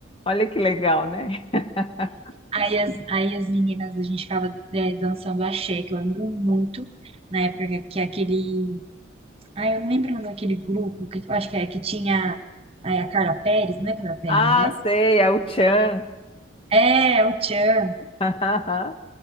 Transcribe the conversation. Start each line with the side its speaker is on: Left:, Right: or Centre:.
Left: olha que legal, né? <laughs>
Right: Aí as, aí as meninas, a gente ficava é, dançando axé, que eu lembro muito, na época que, que aquele... Ah, eu não lembro o nome daquele grupo, que, eu acho que é que tinha aí a Carla Pérez, não é Carla Pérez,
Left: Ah,
Right: né?
Left: sei, é o tchan.
Right: É, o Tchan.
Left: <laughs> Aham,